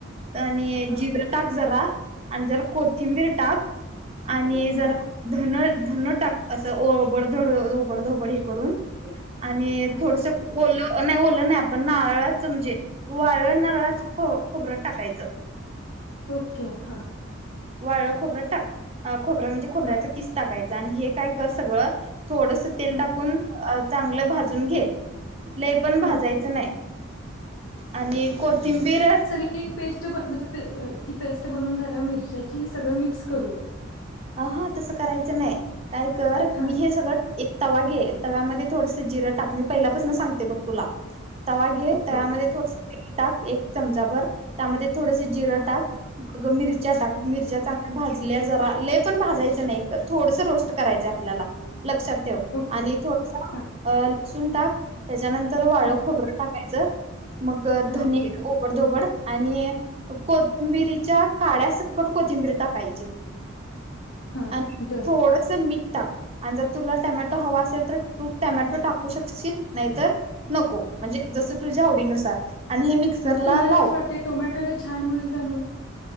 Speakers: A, on the right; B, on the left.
A: आणि
B: हां
A: ज टाक जरा आणि जरा कोथिंबीर टाक आणि जरा
B: हां
A: धन धन टाक असं ओबडधड ओबडधोबड हे करून आणि
B: हां
A: थोडस कोल नाही ओलं नाही आपण नारळाचं म्हणजे वाळळ नारळाच खो खोबरत टाकायचं
B: ओके हां
A: वाळ खोबरं टाक खोबरं म्हणजे खोबऱ्याचा
B: हां
A: किस टाकायचं आणि हे काय कर सगळं थोडस तेल
B: हां
A: टाकून चांगलं भाजून घे लय पण भाजायचं
B: हां
A: नाही आणि कोथिंबीर
B: ती एक पेस्ट म्हणजे ती पेस्ट बनवून झाल्या मिरच्याची सगळं मिक्स करू
A: ह हा तसं करायचं नाही काय कर
B: हां
A: मी हे सगळं एक तवा घे तव्यामध्ये थोडस जिरं टाक मी पहिल्यापासून सांगते बघ तुला तवा घे
B: ओके
A: तव्यामध्ये थोडस तेल टाक एक चमचा भर त्यामध्ये थोडस जिरं
B: हां
A: टाक बग मिरच्या टाक
B: हां
A: मिरच्या चांगल्या भाजल्या जरा लेप पण भाजायचं नाही थोडस रोस्ट करायचं आपल्याला लक्षात ठेव
B: ओके
A: आणि थोडस
B: हां
A: लसूण टाक त्याच्यानंतर वाळं
B: हां
A: खोबरं टाकायचं मग
B: हां
A: धनी
B: ओके
A: बडधोबड आणि कोथिंबिरीच्या काड्या सकट कोथिंबीरी टाकायची
B: हां
A: आणि
B: डन
A: थोडस मीठ टाक आणि जर तुला टॅमॅटो हवा असेल तर तू टमॅटो टाकू शकशील नाही तर नको म्हणजे जसं तुझ्या आवडीनुसार आणि हे मिक्सरला
B: तुम्हाला
A: लाव
B: कसं वाटतंय टोमॅटोने छान होईल का नाहीे